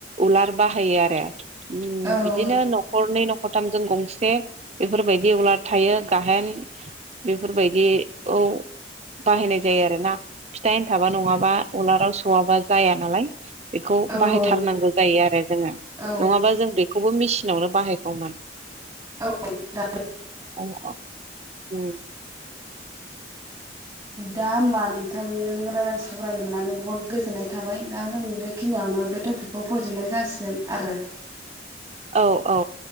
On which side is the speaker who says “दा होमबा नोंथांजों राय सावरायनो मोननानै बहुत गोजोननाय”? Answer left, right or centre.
Right